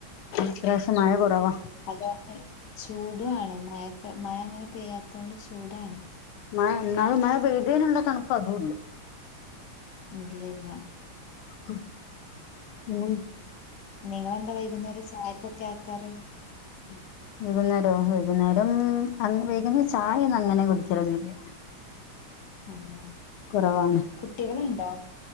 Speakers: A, on the left; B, on the left.
A: ഇത്ര <unintelligible> കുറവാ
B: അതുകൊണ്ട് ചൂടാണ് മഴക്ക മഴ അങ്ങനെ പെയ്യാത്ത കൊണ്ട് ചൂടാണ്
A: മഴ എന്നാലും മഴ പെയ്തേനുള്ള തണുപ്പ് അതും ഇല്ല
B: ഇല്ല ഇല്ല
A: ഉം പിന്നെ
B: നിങ്ങളെന്താ വൈകുന്നേരം ചായക്കൊക്കെ ആക്കാറ്
A: ഉം വൈകുന്നേരവൊ വൈകുന്നേരം വൈകുന്നേരം ചായ ഒന്നും അങ്ങനെ കുടിക്കല് ഒന്നുമില്ല
B: അതെ.
A: കുറവാണ്
B: കുട്ടികളുണ്ടോ